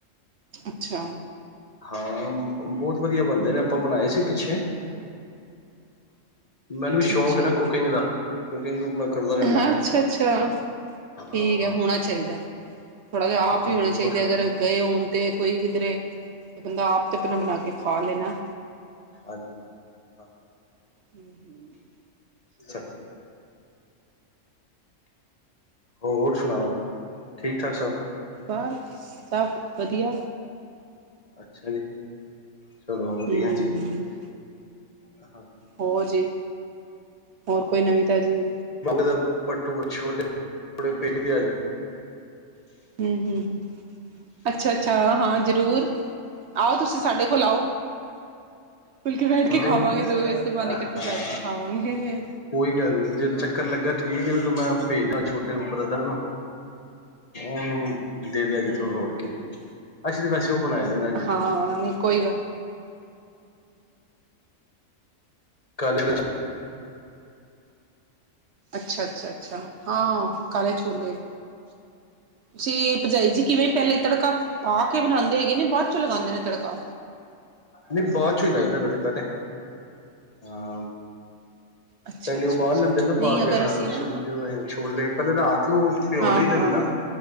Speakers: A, on the right; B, on the left.
A: ਅੱਛਾ।
B: ਹਾਂ, ਬਹੁਤ ਵਧੀਆ ਬੰਦੇ ਨੇ ਆਪਾਂ ਬਣਾਏ ਸੀ ਪਿੱਛੇ। ਮੈਨੂੰ
A: ਅੱਛਾ
B: ਵੀ ਸ਼ੌਕ
A: ਅੱਛਾ
B: ਏ ਨਾ ਕੁਕਿੰਗ ਦਾ, ਕੁਕਿੰਗ ਮੈਂ ਕਰਦਾ ਰਹਿੰਦਾ
A: ਅੱਛਾ-ਅੱਛਾ।
B: ਹਾਂ
A: ਠੀਕ ਐ, ਹੋਣਾ ਚਾਹੀਦਾ ਥੋੜ੍ਹਾ ਜਿਹਾ ਆਪ
B: ਹਾਂ
A: ਹੀ ਹੋਣਾ ਚਾਹੀਦਾ ਅਗਰ ਗਏ ਹੋਣ ਤੇ ਕੋਈ ਕਿਧਰੇ ਬੰਦਾ ਆਪ ਤੇ ਆਪਣਾ ਬਣਾ ਕੇ ਖਾ ਲੈਣਾ।
B: ਹਾਂਜੀ ਹਾਂ
A: ਹੂੰ, ਹੂੰ।
B: ਅੱਛਾ, ਹੋਰ ਸੁਣਾਓ? ਠੀਕ ਠਾਕ ਸਬ,
A: ਬਸ ਸਭ ਵਧੀਆ,
B: ਅੱਛਾ ਜੀ ਚਲੋ ਵਧੀਆ
A: ਹੂੰ
B: ਜੀ। <inaudible>
A: ਹੋਰ ਜੀ ਹੋਰ ਕੋਈ ਨਵੀ ਤਾਜੀ।
B: ਦਾ ਪੱਠੂਰੇ ਛੋਲੇ ਦੀ ਪਲੇਟ ਕਿਨੇ ਦੀਆਦੀ
A: ਹੂੰ-ਹੂੰ ਅੱਛਾ-ਅੱਛਾ, ਹਾਂ ਜ਼ਰੂਰ ਆਓ ਤੁਸੀਂ ਸਾਡੇ ਕੋਲ ਆਓ, ਖੁਲ ਕੇ ਬੈਠ
B: ਨਹੀਂ
A: ਕੇ ਖਾਵਾਂਗੇ, ਜੋ ਵਸੇ ਪਾਾਨ
B: ਹਾਂ
A: ਇਕੱਠੇ ਬੈਠ ਕੇ ਖਾਵਾਂਗੇ।
B: ਕੋਈ ਗੱਲ ਨੀ ਜਦੋਂ ਚੱਕਰ ਲੱਗਾ, ਠੀਕ ਜਦੋਂ ਮੈਂ ਭੇਜਦਾ ਛੋਟੇ ਬ੍ਰਦਰ ਨੂੰ ਉਹਨੂੰ ਦੇ ਦੇ ਅਜੇ
A: ਹੂੰ,
B: ਥੋ ਹੋਰ ਕੇ ਅੱਛ ਤੇ ਵੈਸੇ ਉਹ ਬਣਾਏ ਦੇਣਾ ਅੱਜ
A: ਹਾਂ ਕੋਈ ਗੱਲ
B: <unintelligible>
A: ਅੱਛਾ-ਅੱਛਾ-ਅੱਛਾ, ਹਾਂ ਕਾਲੇ ਛੋਲੇ ਤੁਸੀਂ ਭਾਜੀ ਜੀ ਕਿਵੇਂ, ਪਹਿਲੇ ਤੜਕਾ ਪਾ ਕੇ ਬਣਾਉਂਦੇ ਹੈਗੇ, ਨੇ ਬਾਅਦ ਚੋਂ ਲਗਾਉਂਦੇ ਨੇ ਤੜਕਾ
B: ਨਹੀਂ ਬਹੁਤ ਇਲਾਦਾ ਤੁਹਾਡੇ ਕਦੇ ਹਾਂ
A: ਅੱਛਾ
B: ਪਹਿਲੇ
A: ਅੱਛਾ
B: ਉਹ ਬਾਹਰ
A: ਅੱਛਾ
B: ਲੈਂਦੇ ਨਾ
A: ਨਹੀਂ
B: ਪਾ
A: ਅਗਰ
B: ਕੇ ਹਾਲ
A: ਅਸੀਂ ਨਾ
B: ਜਿਵੇਂ ਛੋਲੇ ਪਹਿਲੇ ਰਾਤ ਨੂੰ ਪਿਓ
A: ਹਾਂ
B: ਲਈ
A: ਹਾਂ
B: ਦੇ ਨੇ ਨਾ